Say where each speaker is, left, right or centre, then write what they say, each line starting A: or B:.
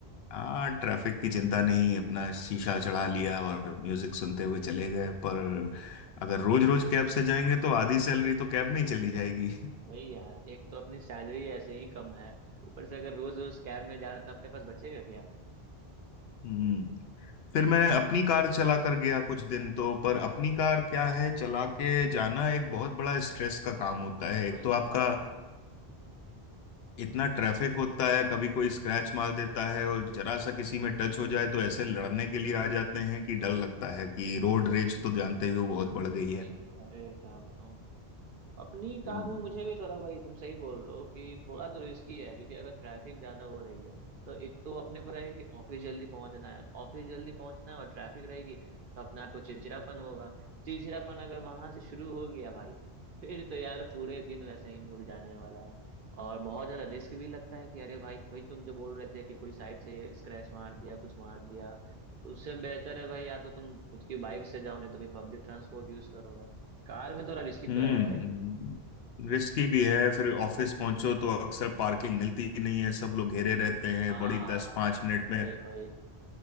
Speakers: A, on the left; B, on the right.
A: हाँ ट्रैफिक की चिंता नहीं अपना शीशा चढ़ा लिया और म्यूजिक सुनते हुए चले गए पर अगर रोज रोज कैब से जाएंगे तो आधी सैलरी तो कैब में ही चली जाएगी
B: वही यार एक तो अपनी सैलरी ऐसे ही कम है ऊपर से अगर रोज रोज कैब में जाना तो अपने पास बचेगा क्या
A: हम्म फिर मैं अपनी कार चला कर गया कुछ दिन तो पर अपनी कार क्या है चला के जाना एक बहुत बड़ा स्ट्रेस का काम होता है एक
B: वही
A: तो
B: यार
A: आपका इतना ट्रैफिक होता है कभी कोई स्क्रैच मार देता है और जरा सा किसी में टच हो जाए तो ऐसे लड़ने के लिए आ जाते हैं कि डर लगता है कि रोड
B: हम्म हम्म,
A: रेज तो जानते हो बहुत बढ़ गई
B: वही
A: है
B: अरे क्या बताऊं अपनी
A: हम्म।
B: कार में मुझे भी थोड़ा भाई तुम सही बोल रहे हो कि थोड़ा तो रिस्की है क्योंकि अगर ट्रैफिक ज्यादा हो रही है तो एक तो अपने को रहेगा कि ऑफिस जल्दी पहुंचना है ऑफिस जल्दी पहुंचना है और ट्रैफिक रहेगी तो अपने आप को चिड़चिड़ापन होगा चिड़चिड़ापन अगर वहां से शुरू हो गया भाई फिर तो यार पूरे दिन वैसे ही मुड़ जाने वाला है और बहुत ज्यादा रिस्क भी लगता है कि अरे भाई भाई तुम जो बोल रहे थे कि कोई साइड से स्क्रैच मार दिया कुछ मार दिया तो उससे बेहतर है भाई या तो तुम खुद की बाइक से जाओ नहीं तो फिर पब्लिक ट्रांसपोर्ट यूज करो भाई कार में थोड़ा रिस्की
A: हम्म
B: तो है भाई
A: रिस्की भी है फिर ऑफिस पहुंचो तो अक्सर पार्किंग मिलती ही नहीं है सब लोग घेरे रहते हैं
B: हाँ
A: बड़ी दस पांच मिनट
B: वही
A: में
B: वही